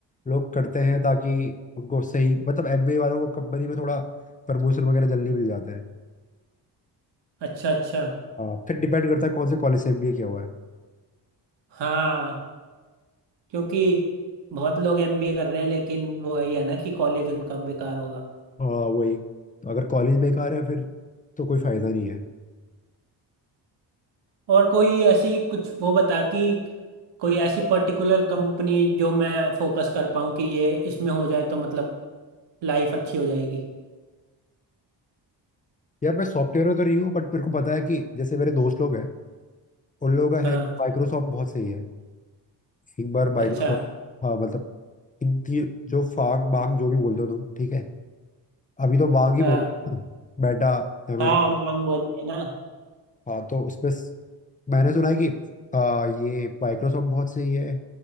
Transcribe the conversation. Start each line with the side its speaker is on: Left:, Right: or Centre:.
Left: लोग करते हैं ताकि उनको सही मतलब एमबीए वालों को कंपनी में थोड़ा प्रमोशन वगैरह जल्दी मिल जाते हैं
Right: अच्छा अच्छा
Left: हाँ फिर डिपेंड करता है कौन से कॉलेज से एमबीए किया हुआ है
Right: हाँ क्योंकि बहुत लोग एम बी ए कर रहे हैं लेकिन वो यही है ना कि कॉलेज उनका बेकार होगा
Left: हाँ वही तो अगर कॉलेज बेकार है फिर तो कोई फायदा नहीं है
Right: और कोई ऐसी कुछ वो बता कि कोई ऐसी पर्टिकुलर कंपनी जो मैं फोकस कर पाऊँ कि ये इसमें हो जाए तो मतलब लाइफ अच्छी हो जाएगी
Left: यार मैं सॉफ्टवेयर में तो नहीं हूँ बट मेरे को पता है कि जैसे मेरे दोस्त लोग हैं उन लोगों का
Right: हाँ
Left: है कि माइक्रोसॉफ्ट बहुत सही है एक बार माइक्रोसॉफ्ट
Right: अच्छा
Left: हाँ मतलब इनकी जो फांग मांग जो भी बोल दो तुम ठीक है अभी तो मांग ही
Right: हाँ
Left: बोलो बेटा अमेजोन
Right: हाँ मांग बोलते हैं ना
Left: हाँ तो उसमें स- मैंने सुना है कि आ, ये माइक्रोसॉफ्ट बहुत सही है